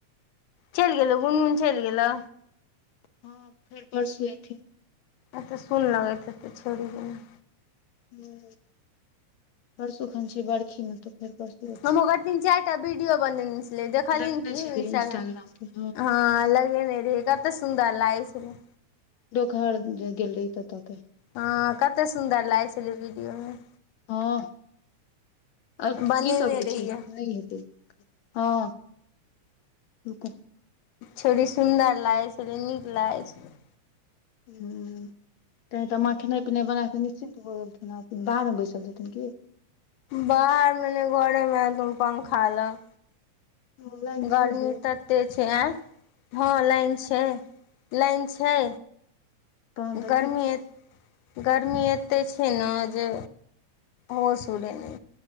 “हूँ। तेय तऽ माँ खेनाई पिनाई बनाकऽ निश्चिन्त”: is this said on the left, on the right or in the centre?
Left